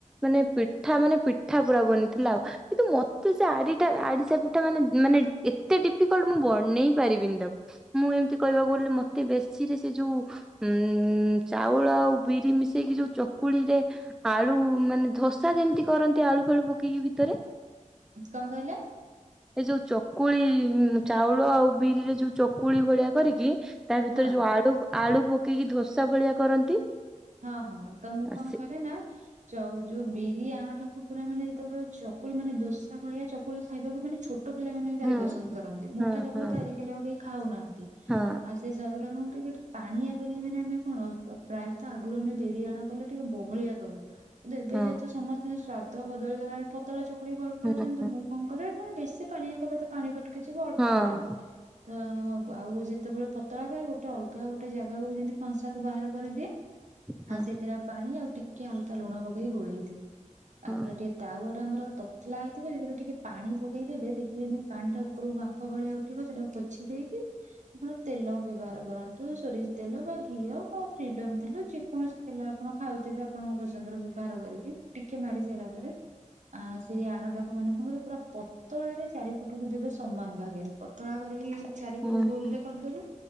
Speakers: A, in the centre; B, on the right.
A: ମାନେ ପିଠା ମାନେ ପିଠା ପୁରା ବନିଥିଲା ଆଉ। କିନ୍ତୁ ମତେ ସେ ଆରି ଟା ଆଡିଶା ପିଠା ମାନେ ମାନେ ଏତେ ଡିଫିକଲ୍ଟ ମୁଁ ବନେଇ ପାରିବିନି ତାକୁ। ମୁଁ ଏମିତି କହିବାକୁ ଗଲେ ମତେ ବେଶୀ ରେ ସେ ଯୋଉ ଉଁ ଉଁ ଚାଉଳ ଆଉ ବିରି ମିଶେଇକି ଯୋଉ ଚକୁଳିରେ ଆଳୁ ମାନେ ଧୋସା ଯେମିତି କରନ୍ତି ଆଳୁ ଫାଳୁ ପକେଇକି ଭିତରେ।
B: କ କହିଲେ?
A: ଏ ଯୋଉ ଚକୁଳି ଚାଉଳ ଆଉ ବିରିରେ ଯୋଉ ଚକୁଳି ଭଳିଆ କରିକି ତା ଭିତରେ
B: ହଁ
A: ଯୋଉ ଆଳୁ ଆଳୁ ପକେଇକି ଧୋସା ଭଳିଆ କରନ୍ତି।
B: ହଁ ହଁ ତ ମୁଁ କ
A: ସେ
B: କରେ ନାଁ। ଚ ଯୋଉ ବିରି ଆଣଟାକୁ ପୁରା ମାନେ ଯେତେବେଳେ ଚକୁଳି ମାନେ ଦୋସା ଭଳିଆ ଚକୁଳି ଖାଇବାକୁ ମାନେ ଛୋ ଛୋଟ ପିଲାମାନେ ବି ଭାରି
A: ହଁ
B: ପସନ୍ଦ କରନ୍ତି। ମୋଟା
A: ହଁ
B: ଚକୁଳ
A: ହଁ
B: ତ ଆଜିକାଲି ଆଉ କେହି ଖାଉନାହାନ୍ତି।
A: ହଁ
B: ଆସ ସେ ସରୁ ଟା କଣ ଟିକେ ପାଣିଆ କରିକି ମାନେ ଆମେ କଣ ପ୍ରାୟ ତା ଆଗରୁ ଆମେ ବିରିୟାଣ କଲେ ଟିକେ ବହଳିଆ କରୁ। କିନ୍ତୁ ଏବେ
A: ହଁ
B: ଯେହେତୁ ସମସ୍ତେ ସ୍ୱଦ ବଦଳିଗଲାଣି ପତଳା ଚକୁଳି ଭଲ
A: ହଁ
B: ପାଉଛନ୍ତି ତ ମୁଁ କଣ କରେ ମାନେ ବେଶୀ ପାଣିଆ କଲେ ତ ପାଣିଫଟ କା କିଛି ବି ଅଳ୍ପ
A: ହଁ
B: କରେ। ତ ଆଉ ଯେତେବେଳେ ପତଳା କରେ ଗୋଟେ ଅଲଗା ଗୋଟେ ଜାଗାକୁ ଯେମିତି କଂସା କୁ ବାହାର କରିଦିଏ।
A: ହଁ ହଁ ହଁ
B: ଆଉ ସେଥିରେ ଆଉ ପାଣି ଆଉ ଟିକେ ହାଲୁକା ଲୁଣ ପକେଇ ଗୋଳେଇ ଦିଏ। ତାପରେ
A: ହଁ
B: ଟିକେ ତାୱା ଟା ଆମର ତ ପତଲା ହେଇଥିବ ସେଥିରେ ଟିକେ ପାଣି ପକେଇଦବେ ଦେଖିବେ ଯେମିତି ପାଣି ଟା ଉପରକୁ ବାମ୍ଫ ଭଳିଆ ଉଠିବ ସେଟାକୁ ପୋଛି ଦେଇକି। ଆପଣ ତେଲ ବ୍ୟବହାର କରନ୍ତୁ। ସୋରିଷ ତେଲ ବା ଘିଅ ଫିଡମ୍ ତେଲ ଯେକୌଣସି ତେଲ ଆପଣ ଖାଉଥିବେ ଆପଣଙ୍କ ପସନ୍ଦରୁ ବ୍ୟବହାର କରିକି ଟିକେ ମାରି ସାରିଲା ପରେ ଆ ସେଇ ଆଣଟାକୁ ମାନେ କଣ କରିବ ପୁରା ପ ପତଳାରେ ଚାରିପଟକୁ ଦେବେ ସମାନ ଭାଗରେ ପତଳା କରିକି ଚାରିପଟୁ
A: ହଁ
B: ଗୋଲ
A: ହଁ
B: ରେ କରିଦେବେ।